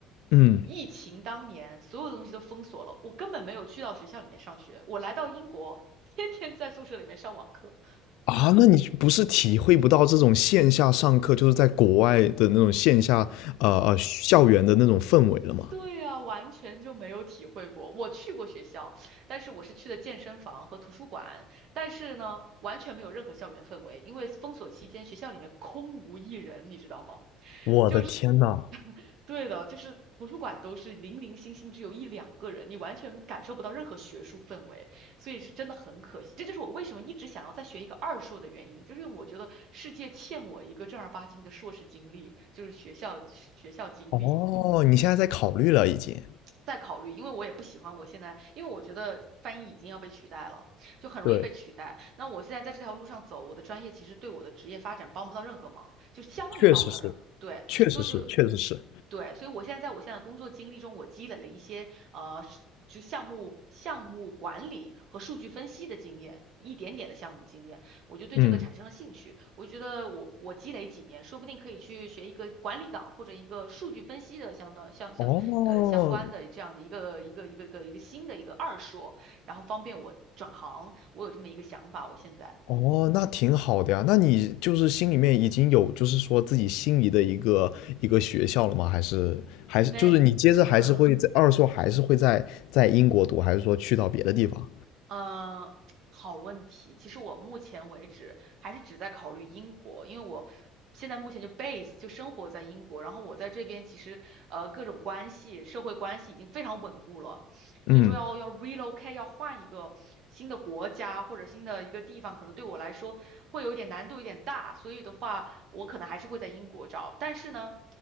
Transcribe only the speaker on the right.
疫情当年所有的东西都封锁了，我根本没有去到学校里面上学。我来到英国，天天在宿舍里面上网课。
对呀，完全就没有体会过。我去过学校，但是我是去的健身房和图书馆，但是呢，完全没有任何校园氛围，因为封锁期间学校里面空无一人，你知道吗？
就是，<laughs> 对的，就是图书馆都是零零星星，只有一两个人，你完全感受不到任何学术氛围，所以是真的很可惜。这就是我为什么一直想要再学一个二硕的原因，就是因为我觉得世界欠我一个正儿八经的硕士经历，就是学校学校经历。
再考虑，因为我也不喜欢我现在，因为我觉得翻译已经要被取代了，就很容易被取代。
那我现在在这条路上走，我的专业其实对我的职业发展帮不到任何忙，就相当于帮不到任何，
对，
所以我就
对，所以我现在在我现在的工作经历中，我积累了一些呃，是就项目项目管理和数据分析的经验，一点点的项目经验，我就对这个产生了兴趣。
我觉得我我积累几年，说不定可以去学一个管理岗或者一个数据分析的相关相相呃相关的这样的一个一个一个一个一个新的一个二硕，
然后方便我转行。我有这么一个想法，我现在嗯
没嗯。
呃，好问题。其实我目前为止还是只在考虑英国，因为我现在目前就 base 就生活在英国，然后我在这边其实呃各种关系、社会关系已经非常稳固了，所以说要要
relocate 要换一个新的国家或者新的一个地方，可能对我来说会有点难度，有点大，所以的话我可能还是会在英国找，但是呢，